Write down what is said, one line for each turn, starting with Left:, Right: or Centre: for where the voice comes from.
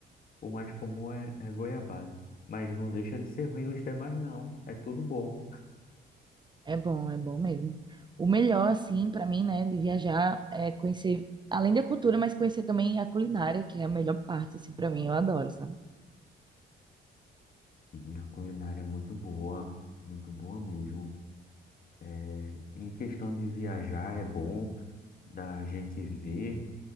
Left: o mais comum é, é goiabada. Mas não deixa de ser ruim os demais, não. É tudo bom.
Right: É bom, é bom mesmo. O melhor, assim, pra mim, né, de viajar é conhecer, além da cultura, mas conhecer também a culinária, que é a melhor parte, assim, pra mim, eu adoro, sabe?
Left: E a culinária é muito boa, muito boa mesmo. É, em questão de viajar, é bom da gente ver